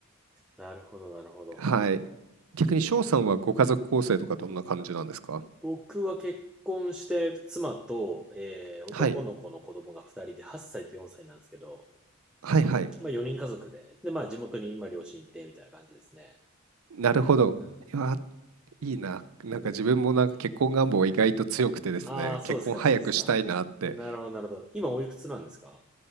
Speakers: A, in the centre; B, on the right.
A: なるほど、なるほど。
B: はい。逆に翔さんはご家族構成とかどんな感じなんですか
A: 僕は結婚して妻と、えー男の子の子供が2人で8歳と4歳なんですけど、
B: はい。はいはい。
A: まあ4人家族で、で、まあ地元に今両親いてみたいな感じですね。
B: なるほど。
A: う
B: いや、いいな。なんか自分もなんか結婚願望意外と強くてですね、
A: ん。ねああ、そうですか、
B: 結婚早くしたいなって、
A: そうですか。なるほど、なるほど。今おいくつなんですか